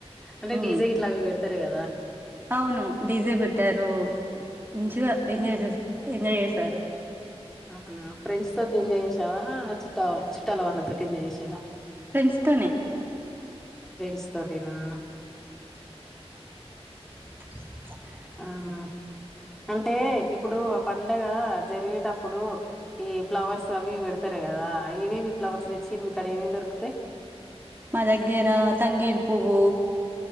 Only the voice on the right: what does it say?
హ
అవును డిజే పెట్టారు మంచిగా ఎంజాయ్ చే ఎంజాయ్ చేశారు.
ఫ్రెండ్స్ తోనే
అంత.
మ దగ్గిర తంగేడు పువ్వు